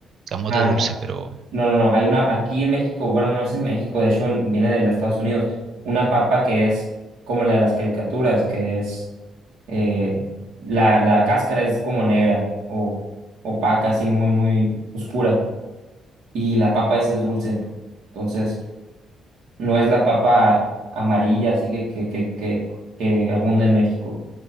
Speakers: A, on the right; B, on the right.
A: camote
B: Ah,
A: dulce,
B: no,
A: pero
B: no, no, no, hay una, aquí en México, bueno, no es en México, de hecho en- viene de Estados Unidos, una papa que es como la de las caricaturas, que es eh, la, la cáscara es como negra o opaca, así muy, muy oscura. Y la papa esa es dulce. Entonces, no es la papa amarilla, así que, que, que, que, que abunda en México.